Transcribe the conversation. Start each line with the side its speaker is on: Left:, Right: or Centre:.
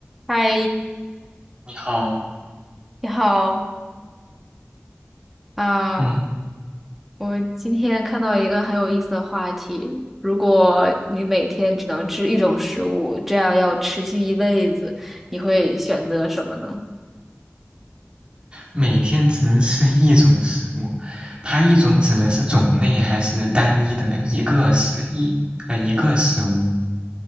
Centre: 嗨，
Right: 你好，
Centre: 你好啊！
Right: 嗯，
Centre: 我今天看到一个很有意思的话题：如果你每天只能吃一种食物，这样要持续一辈子，你会选择什么呢？
Right: 每天只能吃一种食物，它一种指的是种类还是单一的一个食一呃一个食物？